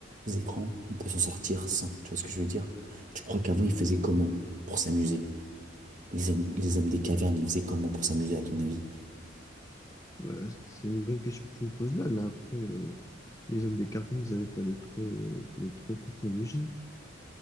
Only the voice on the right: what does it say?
écran, on peut s'en sortir sans. Tu vois ce que je veux dire? Tu crois qu'avant, ils faisaient comment pour s'amuser? Les hommes, les hommes des cavernes, ils faisaient comment pour s'amuser, à ton avis?